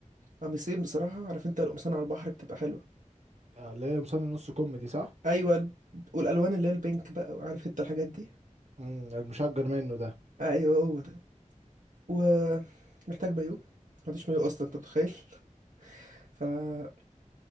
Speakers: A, on the right (about 75°); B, on the right (about 55°).
A: قميصين بصراحه عارف انت القمصان على البحر بتبقى حلوه
B: آه، اللي هي قمصان النص كم دي صح؟
A: ايوه ال- والالوان اللي هي البينك بقى عارف انت الحاجات دي
B: امم المشجر منه ده
A: ايوه هو ده ومحتاج مايو ما عنديش مايو اصلا انت متخيل <laughs> فمحتاج